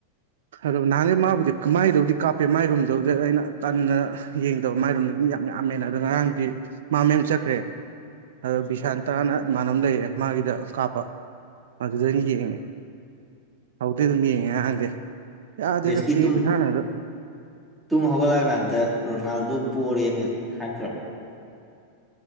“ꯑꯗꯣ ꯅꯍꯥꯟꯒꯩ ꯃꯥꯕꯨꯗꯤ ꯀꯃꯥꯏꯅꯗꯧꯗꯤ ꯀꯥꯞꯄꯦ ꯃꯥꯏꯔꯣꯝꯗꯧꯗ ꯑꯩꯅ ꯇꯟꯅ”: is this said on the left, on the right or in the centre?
Right